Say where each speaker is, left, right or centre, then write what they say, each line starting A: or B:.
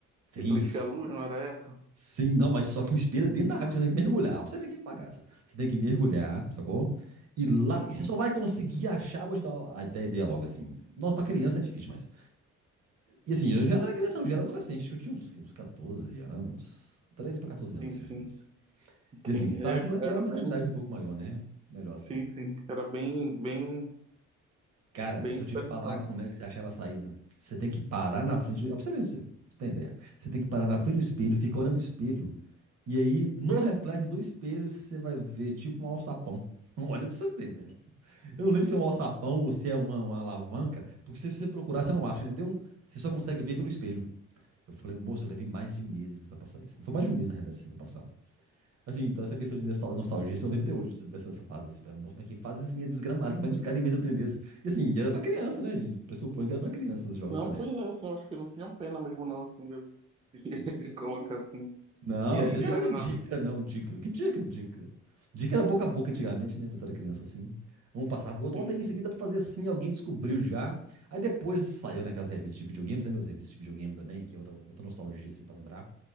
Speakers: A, on the right; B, on the right.
A: Sim,
B: refletia a luz, não era essa?
A: Sim, não, mas só que o espelho é dentro da água, você tem que mergulhar. Pra você ver que bagaça. Você tem que mergulhar, sacou? E lá,
B: Uhum.
A: e você só vai conseguir achar, vou te dar a ideia ideia logo assim. Nossa, pra criança é difícil, mas. E assim, eu já não era criança, não, eu já era adolescente. Acho que eu tinha uns, uns 14 anos. 13 pra 14 anos,
B: Sim,
A: assim,
B: sim.
A: mais ou menos. E
B: Sim,
A: assim, você,
B: é-
A: tá, você já tem
B: era
A: a mentalidade
B: bem.
A: um pouco maior, né? Melhor assim.
B: Sim, sim. Era bem, bem,
A: Cara,
B: bem
A: se
B: diferentão.
A: eu te falar como é que você achava a saída, você tem que parar na frente. do- Ó, Pra você ver, pra você pra você ter ideia. Você tem que parar na frente do espelho, ficar olhando pro espelho. E aí, no reflexo do espelho, você vai ver tipo um alçapão. <laughs> Olha pra você ver, velho. Eu não lembro se é um alçapão ou se é uma, uma alavanca, porque se você procurar, você não acha, entendeu? Você só consegue ver pelo espelho. Eu falei, moço, eu levei mais de meses pra passar isso. Não foi mais de um mês, na realidade, assim, pra passar. Assim, então essa questão de nostal- nostalgia, assim, eu lembro até hoje disso- dessa dessa fase, assim, falei, nossa, mas que fasezinha desgramada, como é que os caras inventam um trem desse? E assim, era pra criança, né? A gente pressupõe que era pra criança os jogos
B: Não,
A: daquela
B: pois
A: época.
B: é, assim, eu acho que não tinham pena mesmo, não, assim, de, de- de colocar assim.
A: Não,
B: E
A: não
B: aí
A: tem esse
B: tinha.
A: negócio de dica, não, dica. Que dica, dica? Dica era boca a boca antigamente, né? Quando você era criança, assim. Vamos passar, pô, ó,
B: Sim,
A: tem isso aqui, dá pra fazer assim, alguém descobriu já. Aí depois saiu naquelas revistas de videogame, você lembra das revistas de videogame também, que é outra, outra nostalgia, assim, pra lembrar.